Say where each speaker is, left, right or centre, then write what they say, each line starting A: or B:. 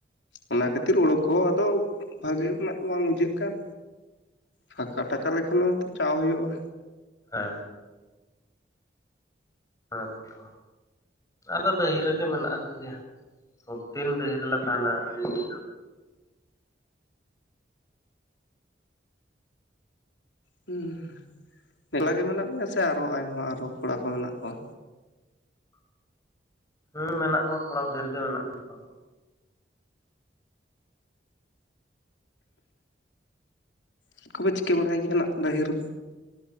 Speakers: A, on the left; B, on the left.
A: ᱚᱱᱟ ᱠᱷᱟᱹᱛᱤᱨ ᱦᱳᱲᱳ ᱠᱚ ᱟᱫᱚ ᱵᱷᱟᱜᱮ ᱨᱮᱱᱟᱜ ᱵᱟᱝ ᱵᱩᱡᱷᱟᱹᱜ ᱠᱟᱱ᱾ ᱯᱷᱟᱹᱠᱟ ᱴᱟᱠᱟ ᱞᱮᱠᱷᱟᱱ ᱦᱚᱸ ᱛᱚ ᱪᱟᱣ ᱦᱳᱭᱳᱜ-ᱟ᱾
B: ᱦᱮᱸ ᱦᱮᱸᱛᱚ ᱟᱞᱮᱫᱚ ᱰᱟᱹᱦᱤ ᱨᱮᱜᱮ ᱢᱮᱱᱟᱜ ᱟᱠᱟᱫ ᱞᱮᱭᱟ, ᱥᱚᱵᱫᱤᱱ ᱰᱟᱹᱦᱤ ᱨᱮᱞᱮ ᱛᱟᱦᱮᱱᱟ <unintelligible>
A: ᱦᱩᱸ ᱮᱠᱞᱟ ᱜᱮ ᱢᱮᱱᱟᱜ ᱢᱮᱭᱟ, ᱥᱮ ᱟᱨᱚ ᱟᱭᱢᱟ ᱟᱨᱚ ᱠᱚᱲᱟ ᱠᱚ ᱢᱮᱱᱟᱜ ᱠᱚᱣᱟ?
B: ᱦᱩᱸ ᱢᱮᱱᱟᱜ ᱠᱚᱣᱟ ᱠᱚᱲᱟ ᱵᱷᱮᱨ ᱜᱮ ᱢᱮᱱᱟᱜ ᱞᱮᱭᱟ <unintelligible>
A: ᱪᱮᱫ ᱠᱚᱯᱮ ᱪᱤᱠᱟᱹ ᱵᱟᱲᱟᱭ ᱜᱮᱭᱟ ᱱᱟᱜ ᱰᱟᱹᱦᱤ ᱨᱮᱫᱚ?